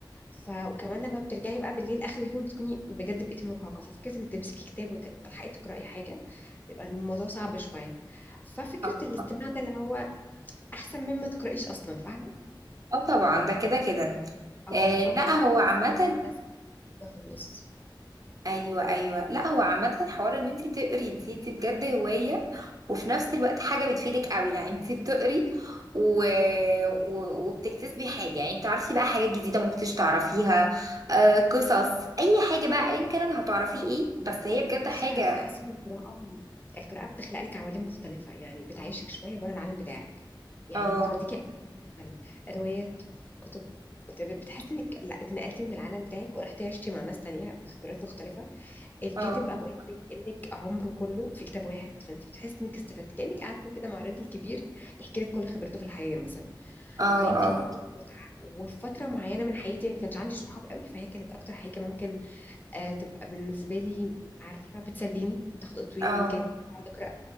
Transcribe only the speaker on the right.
اه
آه.
آه طبعا ده كده كده
آه
لا هو عامة
ايوه ايوه لا هو عامه حوار ان انت تقري دي دي بجد هوايه وفي نفس الوقت حاجه بتفيدك قوي يعني انت بتقري و... و... وبتكتسبي حاجه يعني بتعرفي بقى حاجات جديده ما كنتش تعرفيها آه قصص اي حاجه بقى ايا كان اللي هتعرفيه ايه بس هي بجد
حاجه
اه
اه
اه
اه
اه